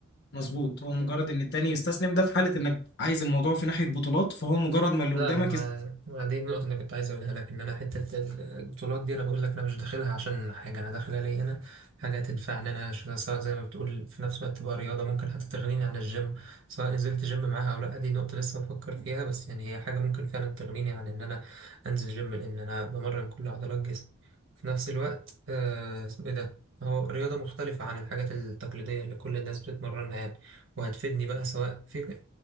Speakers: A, on the left; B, on the right.
A: مظبوط هو مجرد إن التاني يستسلم ده في حالة إنك عايز الموضوع في ناحية بطولات فهو مجرد ما اللي
B: لا
A: قدامك
B: لا ما
A: يست...
B: ما دي النقطة اللي كنت عايز أقولها لك إن أنا حتة ال- البطولات دي أنا بقول لك أنا مش داخلها عشان حاجة أنا داخلها ليا أنا حاجة تنفعني أنا ش- سواء زي ما بتقول في نفس الوقت تبقى رياضة ممكن حتى تغنيني عن الجيم سواء نزلت جيم معاها أو لأ دي نقطة لسه بفكر فيها بس يعني هي حاجة ممكن فعلا تغنيني عن إن أنا أنزل جيم لأن أنا بمرن كل عضلات جسمي في نفس الوقت آه، اسمه إيه ده هو رياضة مختلفة عن الحاجات التقليدية اللي كل الناس بتتمرنها يعني وهتفيدني بقى سواء في